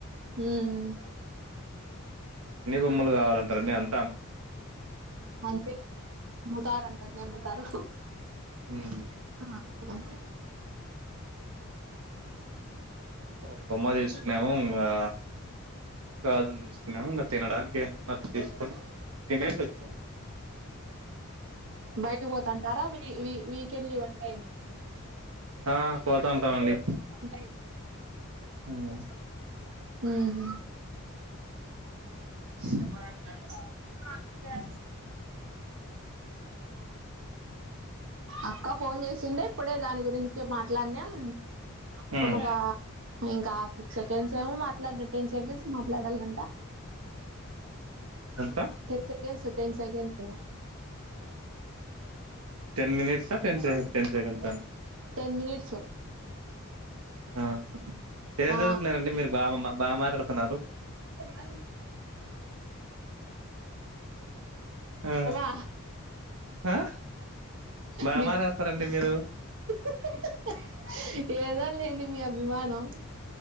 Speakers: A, on the right (about 60°); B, on the right (about 85°).
A: ఉమ్ మ్
B: అన్ని బొమ్మలు కావాలంటారన్నీ అన్
A: అంతే ముతార్ అందర్నే ముతార్
B: మ్మ్
A: ఆహా
B: ఒక్ బొమ్మ తీసుకున్నాము ఇంగా గాజుల్ తీసుకున్నాము. ఇంగా తినడానికి ఏంతుందంత తీసుకొని తినేసి వచ్చినం.
A: బయట పోతంటారా? వి వి వి వికెన్లీ వన్ టైం.
B: ఆ పోతాంటాండి.
A: వన్ టైం
B: ఉహ్
A: హ్మ్
B: నెంబర్ అడుగుతంది రా
A: అక్క ఫోన్ చేసిందే ఇప్పుడే దాని గురిం చె మాట్లాడినాం.
B: ఉమ్
A: ఒక వా ఇంకా సిక్స్ సెకండ్స్ ఏమో మాట్లాడ్నా. టెన్ సెకండ్స్ మాట్లాడాలాంట.
B: ఎంత
A: టేత్ సెకండ్స్ టెన్ సెకండ్స్ లా
B: టెన్ మినేట్స, టెన్ సె టెన్ సెగండ్స
A: టెన్ మినిట్స్
B: ఆ ఏం
A: ఆ
B: చదువుకున్నారంండి. మీరు బాగా మా బాగా మాటాడుతున్నారు?
A: నేనా
B: ఆ
A: ఓవా
B: ఆ బాగా
A: డిప్
B: మాట్లాడతారండి మీరు
A: <inaudible> ఏదో లెండి మీ అభిమానం